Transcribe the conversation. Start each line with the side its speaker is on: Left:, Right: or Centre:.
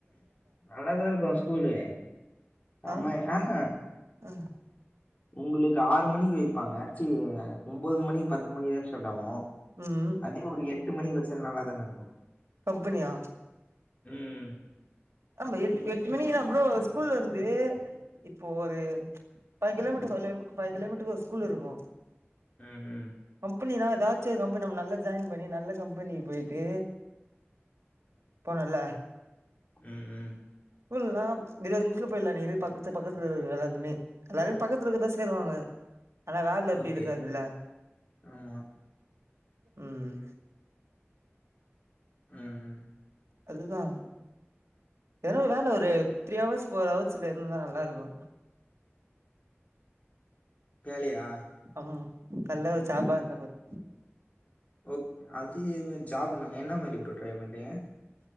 Left: நல்லாதா இருக்கு ஸ்கூலு செம்ம
Right: ஆ
Left: ஆஹ
Right: அ
Left: உங்களுக்கு ஆறு மணிக்கு வைப்பாங்க ச்சி ஒம்போது மணி பத்து மணி தான ஸ்டார்ட்டாவு
Right: ம்
Left: அதே ஒரு எட்டு மணிக்கு வச்சாலு நல்லாதா நடக்கு
Right: கம்பெனியா
Left: ம் ம்
Right: ஆமா எட் எட்டு மணிக்கப்றோ ஸ்கூல் வந்து இப்போ ஒரு ஃபைவ் கிலோமீட்டரு ஃபைலு ஃபைவ் கிலோமீட் <unintelligible> ஸ்கூலிருக்கு
Left: ம் ம்
Right: கம்பெனி தா எதாச்சு ஒரு கம்பெனி நம்ம நல்லது ஜாயின் பண்ணி நல்ல கம் பெனிக்கு போயிட்டு போனெல்ல
Left: ம் ம்
Right: ஸ்கூல்லெல்லா இருபது நிமிஷத்துல போயிட்லா நீ இருக்குற பக்கத்து பக்கத்துலருக்கு எல்லாத்துமே எல்லாரையு பக்கத்துல இருக்குறதுதா சேருவாங்க ஆனா வேலல இப்டி
Left: ஓகே
Right: இருக்காதுல்ல
Left: ஆமா
Right: ம் ம்
Left: ம் ம்
Right: அதுதா ஏதாவது வேல ஒரு த்ரீ ஹவர்ஸ் ஃபோர் ஹவர்ஸ்ல இருந்தா நல்லாருக்கு
Left: வேலையா
Right: ஆமா மா நல்ல ஒரு ஜாப் ஆ இருந்தா போது
Left: ஓகே அது ஜாப் என்ன மாதிரி ப்ரோ ட்ரை பண்றீங்க